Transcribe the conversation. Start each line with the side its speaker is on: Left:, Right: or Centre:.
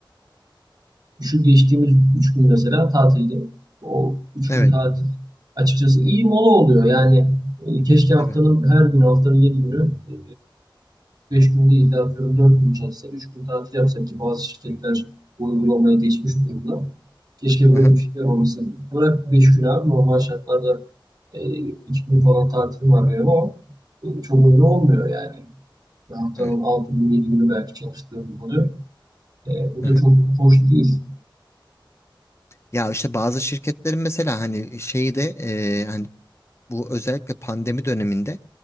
Right: şu geçtiğimiz üç gün mesela tatilde. O üç
Left: Evet
Right: gün tatil açıkçası iyi mola oluyor. Yani e, keşke haftanın
Left: tabii.
Right: her günü, haftanın yedi günü e, 5 gün değil de atıyorum 4 gün çalışsa, 3 gün tatil yapsa ki bazı şirketler bu uygulamaya geçmiş durumda. Keşke
Left: Hı
Right: böyle
Left: hı.
Right: bir şeyler olmasa. Bırak 5 gün abi normal şartlarda e, 2 gün falan tatilim var benim ama bu çok önemli olmuyor yani. Bir Haftanın
Left: Evet.
Right: 6 gün 7 günü belki çalıştığım oluyor. E, bu
Left: Hı
Right: da
Left: hı.
Right: çok hoş değil.
Left: Ya işte bazı şirketlerin mesela hani şeyi de e, hani bu özellikle pandemi döneminde